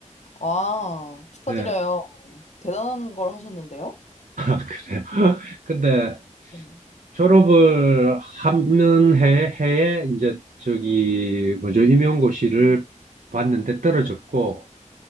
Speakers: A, on the left; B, on the right.
A: 아, 축하드려요.
B: 네.
A: 대단한 걸 하셨는데요?
B: 그래요. 근데
A: 네.
B: 졸업을 하는 해, 해에 이제 저기, 뭐죠, 임용고시를 봤는데 떨어졌고,